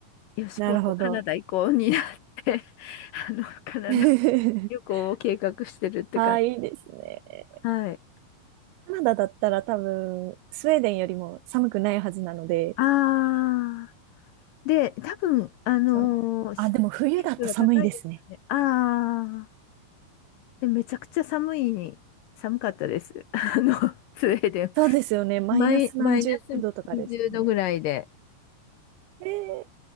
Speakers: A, on the left; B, on the right.
A: う、よし、
B: なるほど。
A: 今度カナダ行こうになって、<laughs> あの、カナダ
B: <laughs>
A: 旅行を計画してるって感じ。
B: ああ、いいですね。
A: はい。
B: カナダだったら多分、スウェーデンよりも寒くないはずなので、
A: ああ。で、多分、あのー、
B: その、
A: 施設は高いですよね。
B: あ、でも冬だと寒いですね。
A: ああ。で、めちゃくちゃ寒いに、寒かったです。<laughs> あの、スウェーデン。
B: そうですよね。マイナス何十度とかですよね。
A: マイ、マイナス20度ぐらいで。
B: えー